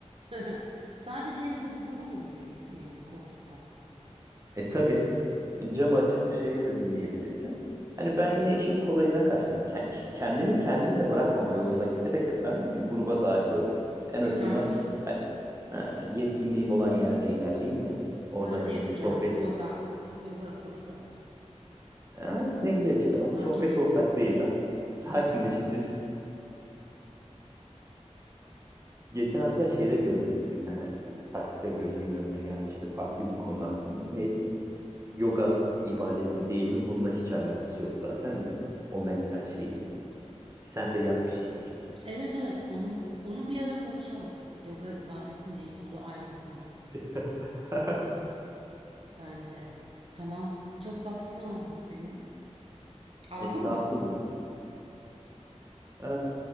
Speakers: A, on the right; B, on the right.
A: <laughs> Sadece evde uzanabilirim yani koltukta.
B: E tabii. E, Camı açıp dışarıyı da dinleyebilirsin. Hani ben yine işin kolayına kaçtım. Ke- iş- Kendimi kendimle bırakmama yoluna giderek efendim bir gruba dahil oldum. En
A: Güzelmiş.
B: azından hani, ha, yetkinliğim olan yerde ilerleyeyim de orada
A: Ben de
B: hani
A: yapacağım
B: sohbet.
A: yoga yoga kursu.
B: Ha, ne güzel işte bak
A: Sakinleştirici.
B: sohbet ortaklığıyla <laughs> sakinleştirici. Geçen hatta şeyde görmüştüm bir tane tasvirde gözümün önüne gelmişti farklı bir konu hakkında. Neyse yoga ibadet mi değil mi bununla hiç alakası yok zaten de o mental şeyi. Sen de yap bir şeyler.
A: Evet evet onu onu bir ara konuşalım. Yoga ibadet mi değil mi? O da ayrı bir konu.
B: <laughs>
A: bence. Tamam. Çok vaktini aldım senin. Aldın
B: Estağfurullah.
A: mı?
B: Ee,